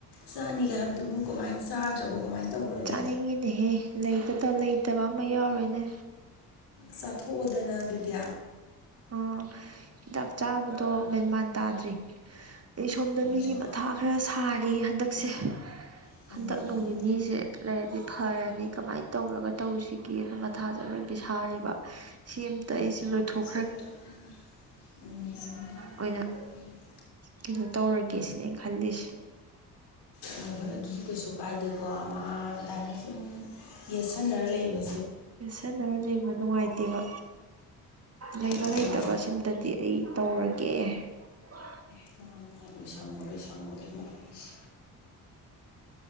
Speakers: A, on the left (about 70°); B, on the right (about 35°).
A: ꯆꯥꯅꯤꯒꯦ ꯍꯥꯏꯕꯗꯨꯕꯨ ꯀꯃꯥꯏꯅ ꯆꯥꯗ꯭ꯔꯕꯣ ꯀꯃꯥꯏꯅ ꯇꯧꯔꯒꯦ
B: ꯆꯥꯅꯤꯡꯉꯤꯅꯦꯍꯦ ꯂꯩꯇ ꯂꯩꯇꯕ ꯑꯃ ꯌꯥꯎꯔꯦꯅꯦ
A: ꯆꯥꯊꯣꯛꯑꯣꯗꯅ ꯑꯗꯨꯗꯤ
B: ꯑꯥ ꯍꯤꯗꯥꯛ ꯆꯥꯕꯗꯣ ꯃꯦꯟꯃꯥꯟ ꯇꯥꯗ꯭ꯔꯤ ꯑꯩ ꯁꯣꯝꯗ
A: ꯍꯟꯗꯛꯁꯦ
B: ꯃꯤꯒꯤ ꯃꯊꯥ ꯈꯔ ꯁꯥꯔꯤ ꯍꯟꯗꯛꯁꯦ
A: ꯐꯧ
B: ꯍꯟꯗꯛ ꯅꯣꯡ ꯅꯤꯅꯤꯁꯦ ꯂꯩꯔꯗꯤ ꯐꯔꯅꯤ ꯀꯃꯥꯏꯅ ꯇꯧꯔꯒ ꯇꯧꯁꯤꯒꯦ ꯀꯦꯅ ꯃꯊꯥꯁꯦ ꯂꯣꯏ ꯄꯕꯤ ꯁꯥꯥꯔꯤꯕ ꯁꯤ ꯑꯃꯇ ꯑꯩꯁ ꯂꯣꯏꯊꯣꯛ
A: <unintelligible>
B: ꯑꯣꯏꯅ ꯀꯩꯅꯣ ꯇꯧꯔꯒꯦ ꯁꯤꯅꯦ ꯑꯩꯅ ꯈꯜꯂꯤꯁꯦ
A: ꯍꯣꯏ ꯍꯣꯏ ꯑꯗꯨꯁꯨ ꯀꯩꯁꯨ ꯀꯥꯏꯗꯦꯀꯣ ꯑꯃ ꯑꯗꯨꯃꯥꯏꯅ ꯁꯨꯝ ꯌꯦꯠꯁꯟꯅꯔ ꯂꯩꯕ
B: ꯁꯅꯔ ꯂꯩꯕ ꯅꯨꯡꯉꯥꯏꯇꯦꯕ ꯂꯩꯕ
A: ꯎꯝ
B: ꯂꯩꯇꯕ ꯁꯤꯝꯇꯗꯤ ꯑꯩ ꯇꯧꯔꯒꯦ ꯋꯥ
A: <unintelligible> ꯁꯝꯃꯒꯦ ꯁꯝꯃꯒꯦ ꯃꯥꯒꯤꯁꯤ